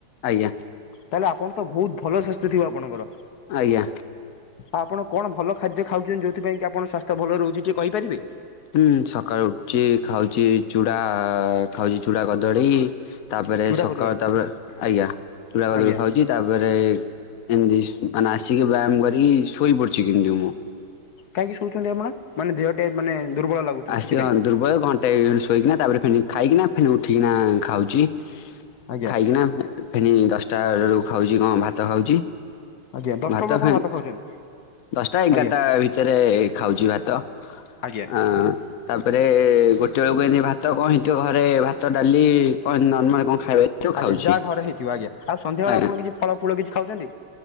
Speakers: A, on the left; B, on the left.
A: ଆଜ୍ଞା।
B: ତାହେଲେ ଆପଣ ତ ବହୁତ ଭଲ ଶାସ୍ଥ୍ୟ ଥିବ ଆପଣଙ୍କର।
A: ଆଜ୍ଞା।
B: ଆପଣ କଣ ଭଲ ଖାଦ୍ୟ ଖାଉଛନ୍ତି। ଯୋଉଥିପାଇ କି ଆପଣଙ୍କ ସ୍ଵାସ୍ଥ୍ୟ ଭଲ ରହୁଛି ଟିକଏ କହିପାରିବେ?
A: ହୁଁ ସଖାଳୁ ଉଠି ଖାଉଛି ଚୁଡ଼ା ଖାଉଛି ଚୁଡ଼ା କଦଳୀ ତାପରେ
B: ଚୁଡ଼ା
A: ସକାଳୁ
B: କଦଳୀ
A: ତାପରେ ଆଜ୍ଞା ଚୁଡ଼ା କଦଳୀ
B: ଆଜ୍ଞା
A: ଖାଉଛି । ତାପରେ ଏମିତି ମାନେ ଆସିକି ବ୍ୟାୟାମ କରିକି ଶୋଇ ପଡଛି କିନ୍ତୁ ମୁଁ
B: କାହିଁକି ଶୋଉଛନ୍ତି ଆପଣ ମାନେ ଦେହ ଟେ ମାନେ ଦୁର୍ବଳ ଲାଗୁଥିବ
A: ଆସ
B: ସେଥିପାଇଁ
A: ଦୁର୍ବଳ ଘଣ୍ଟା ଶୋଇକିନା ତା ପରେ ଫିଲ୍ମ ମୁଁ ଉଠିକିନା ଖାଉଚି।
B: ଆଜ୍ଞା
A: ଖାଇକିନା ଫେନି ଦଶଟା ବେଳୁ ଖାଉଛି କଣ ଭାତ ଖାଉଛି।
B: ଆଜ୍ଞା ଦଶଟା
A: ଭାତ
B: ବେଳୁ ଆପଣ
A: ଖାଉଁ
B: ଖାଉଛନ୍ତି
A: ଦଶଟା ଏଗାରଟା
B: ଆଜ୍ଞା
A: ଭିତରେ ଖାଉଛି ଭାତ
B: ଆଜ୍ଞା
A: ଆଁ ତାପରେ ଗୋଟେ ବେଳ କୁ ଏଇନେ ଭାତ କଣ ହେଇଥିବ ଘରେ ଭାତ ଡାଲି କଣ ନର୍ମାଲ୍ କଣ? ଆଉ ଏଠୁ ଖାଉଛି
B: ଆଜ୍ଞା ଯାହା
A: <inaudible>
B: ଘରେ ହେଇଥିବ ଆଜ୍ଞା ଆଉ ସନ୍ଧ୍ୟାବେଳେ
A: ଅ
B: ଆପଣ କିଛି ଫଳ ଫୁଳ କିଛି ଖାଉଛନ୍ତି?